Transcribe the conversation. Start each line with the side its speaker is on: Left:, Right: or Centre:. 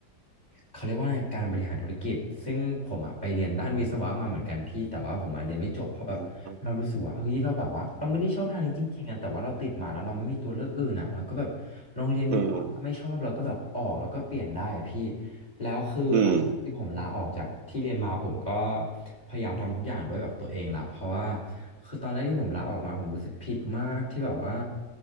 Left: เขาเรียกว่าไงการบริหารธุรกิจซึ่งผมอะไปเรียนด้านวิศวะมาเหมือนกันพี่แต่ว่าผมอะเรียนไม่จบเพราะแบบเรารู้สึกว่าเฮ้ยเราแบบว่าเราไม่ได้ชอบทางนี้จริงๆอะแต่ว่าเราติดมาแล้วเราไม่มีตัวเลือกอื่นอะเราก็แบบลองเรียนดูก่อนถ้าไม่ชอบเราก็แบบออกแล้วก็เปลี่ยนได้พี่
Right: อืมอืม
Left: แล้วคือหลังจากที่ผมลาออกจากที่เรียนมาผมก็
Right: อืม
Left: พยายามทำทุกอย่างด้วยแบบตัวเองละเพราะว่าคือตอนแรกที่ผมลาออกมาผมรู้สึกผิดมากที่แบบว่า